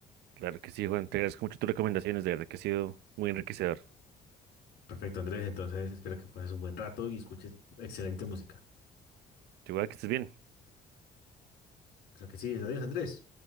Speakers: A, on the right; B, on the left.
A: Claro que sí, Juan, te agradezco mucho tus recomendaciones, de verdad que ha sido muy enriquecedor.
B: Perfecto, Andrés. Entonces espero que pases un buen rato y escuches excelente música.
A: Igual que estés bien.
B: Creo que sí. Adiós, Andrés.